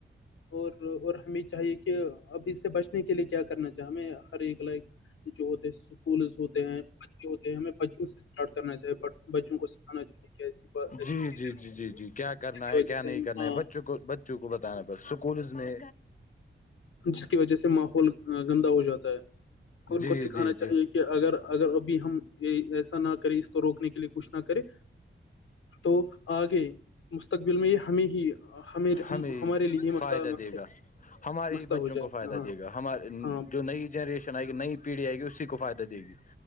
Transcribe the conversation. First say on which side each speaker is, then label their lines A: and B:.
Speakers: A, on the left (about 80°); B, on the left (about 40°).
A: اور اور ہمیں چاہیے کہ اب اس سے بچنے کے لیے کیا کرنا چاہے ہمیں ہر ایک لائک جو ہوتے ہیں اسکولز ہوتے ہیں ہوتے ہے ہمیں بچوں سے اسٹارٹ کرنا چاہ بچوں کو سکھانا چاہیے کہ ایسی با- ایسی
B: جی
A: چیزیں
B: جی
A: نہیں
B: جی جی جی کیا کرنا
A: جس کی
B: ہے
A: وجہ
B: کیا
A: سے
B: نہیں کرنا
A: ہاں،
B: ہے بچوں کو کو بتانا پ اسکولز میں
A: جس کی وجہ سے ماحول گندا ہو جاتا ہے ان
B: جی
A: کو سکھانا
B: جی جی
A: چاہیے کہ کہ اگر اگر ابھی ہم ایسا نہ کریں اس کو روکنے کے لیے کچھ نہ کریں تو آگے مستقبل میں ہمیں ہی ہم ہم
B: ہمیں
A: ہمارے لیے یہ
B: فائدہ
A: مسئلہ
B: دے گا ہمارے
A: مسئلہ
B: ہی بچوں
A: ہو جائے
B: کو فائدہ
A: ہاں
B: دے گا ہمار
A: ہاں
B: جو نئی جنریشن آئے گ نئی پیڑھی آئے گی اسی کو فائدہ دے گی